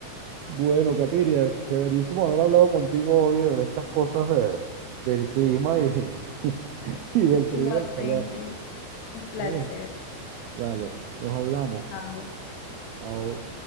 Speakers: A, on the right; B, on the left.
A: bueno, Katiria, chéverísimo haber hablado contigo hoy de de estas cosas de, del clima y, <laughs> <laughs> y del frío
B: igualmente,
A: y del calor.
B: un placer.
A: Está bien, dale, nos hablamos.
B: Chao.
A: Au.